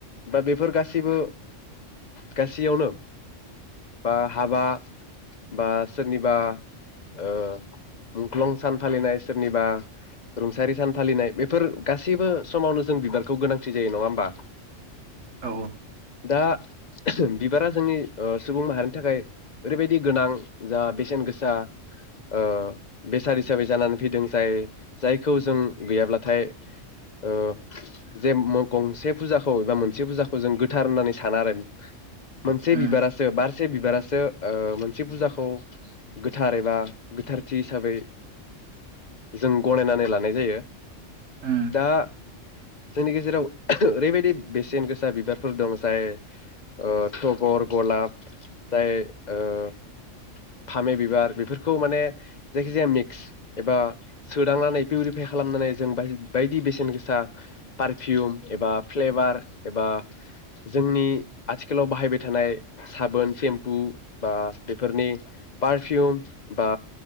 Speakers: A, on the left; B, on the right.
A: बा बेफोर गासिबो। गासैयावनो बा हाबा। बा सोरनिबा ओ मुंख्लं सान फालिनाय सोरनिबा रुंसारि सान फालिनाय बेफोर गासैबो समावनो जों बिबारखौ गोनांथि जायो नङा होमबा
B: औ
A: दा बिबारा जोंनि सुबुं माहारिनि थाखाय। ओरैबायदि गोनां जा बेसेन गोसा ओ बेसाद हिसाबै जानानै फैदों जाय जायखौ जों गैयाब्लाथाय ओ जे गंसे फुजाखौ एबा मोनसे फुजाखौ जों गोथार होननानै साना आरो। मोनसे
B: उम
A: बिबारासो बारस से बिबारासो। ओ मोनसे फुजाखौ गोथार एबा गोथारथि हिसाबै जों गनायनानै लानाय जायो।
B: उम
A: दा। जोंनि गेजेराव ओरैबायदि बेसेन गोसा बिबारफोर दं जाय ओ तगर गलाब जाय ओ फामे बिबार बेफोरखौ माने जायखिजाया मिक्स एबा सोदांनानै पिउरिफाय खालामनानै जों बायदि बेसेन गोसा पारफिउम एबा फ्लेभार एबा जोंनि आथिखालाव बाहायबाय थानाय साबोन सेम्पु। बा बेफोरनि पारफिउम बा